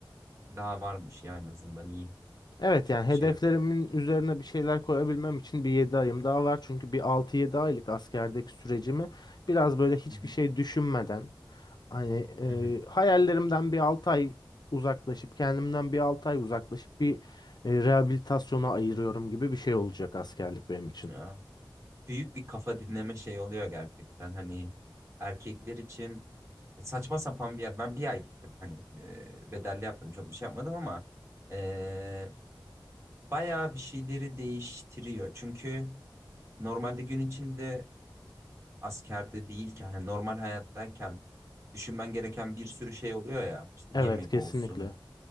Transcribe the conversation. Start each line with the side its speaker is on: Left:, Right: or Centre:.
Right: Daha varmış ya en azından iyi.
Left: Evet
Right: Çok
Left: yani
Right: bir
Left: hedeflerimin
Right: şey yok.
Left: üzerine bir şeyler koyabilmem için bir 7 ayım daha var. Çünkü bir altı yedi aylık askerdeki sürecimi biraz böyle hiçbir
Right: Hı hı.
Left: şey düşünmeden hani e,
Right: Hı hı.
Left: hayallerimden bir 6 ay uzaklaşıp kendimden bir 6 ay uzaklaşıp bir e, rehabilitasyona ayırıyorum gibi bir şey olacak askerlik benim için.
Right: Ya, büyük bir kafa dinleme şey oluyor gerçekten. Hani erkekler için saçma sapan bir yer. Ben bir ay gittim. Hani e, bedelli yaptım. Çok bir şey yapmadım ama e, bayağı bir şeyleri değiştiriyor. Çünkü normalde gün içinde askerde değilken, hani normal hayattayken düşünmen gereken bir sürü şey oluyor ya. İşte
Left: Evet
Right: yemek
Left: kesinlikle.
Right: olsun